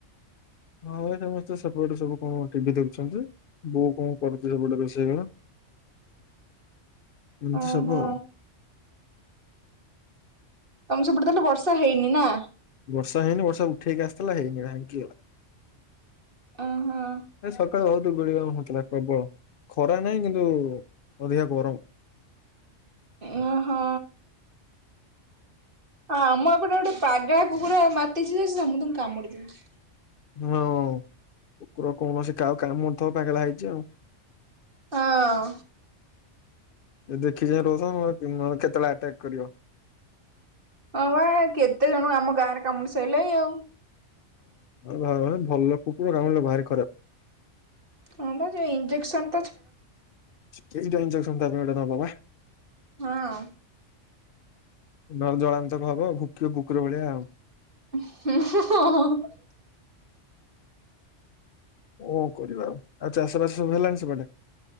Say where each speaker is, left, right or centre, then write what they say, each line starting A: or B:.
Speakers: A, on the left (about 55°); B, on the right (about 45°).
A: ହଁ ଭାଇ ସମସ୍ତେ ସେପଟେ ସବୁ କଣ ଟିଭି ଦେଖୁଛନ୍ତି, ବୋଉ କଣ କରୁଚି ସେପଟେ ରୋଷେଇ କଣ। ଏମିତି
B: ଓହୋ
A: ସବୁ ଆଉ।
B: ତମ ସେପଟେ ତାହେଲେ ବର୍ଷା ହେଇନି ନା?
A: ବର୍ଷା ହେଇନି ବର୍ଷା ଉଠେଇକି ଆସିଥିଲା ହେଇନି ଭାଙ୍ଗିଗଲା।
B: ଓହୋ
A: ଆ ସକାଳୁ ବୋହୁତ୍ ଧୂଳି କାମ ହୋଉଥିଲା ପ୍ରବଳ, ଖରା ନାହିଁ କିନ୍ତୁ ଅଧିକା ଗରମ।
B: ଓହୋ। ହଁ ଆମ ଏପଟେ ଗୋଟେ ପାଗେଳା କୁକୁର ମାତିଛି ଯେ ସମସ୍ତଙ୍କୁ କାମୁଡି ଦଉଛି।
A: ହଁ କୁକୁର କୌଣସି କହାକୁ କାମୁଡିଥିବ ପାଗଳା ହେଇଛି ଆଉ।
B: ହଁ।
A: ଏ ଦେଖି ଚାହିଁ ରହୁଥିବ, ନହେଲେ କେତେବେଳେ ଆଟାକ୍ କରିବ।
B: ହଁ ବା କେତେ ଜଣକୁ ଆମ ଗାଁରେ କାମୁଡି ସାଇଲାଣି ଆଉ।
A: ହଁ ଭଲ, କୁକୁର କାମୁଡ଼ିଲେ ଭାରି ଖରାପ୍।
B: ହଁ ଵା ଯୋଉ ଇଞ୍ଜେକ୍ସନ୍
A: କେଇଟା ଇଞ୍ଜେକ୍ସନ ତା ପାଈଁ ଗୋଟେ ନବ ବା?
B: ହଁ।
A: ନ ହେଲେ ଜଳାନ୍ତକ ହବ, ଆଉ ଭୁକିବ ଭୁକୁର ଭଳିଆ ଆଉ।
B: <unintelligible>
A: କଣ କରିବା ଆଉ? ଆଉ ଚାଷ ବାସ ସବୁ ହେଲାଣି ସେପଟେ?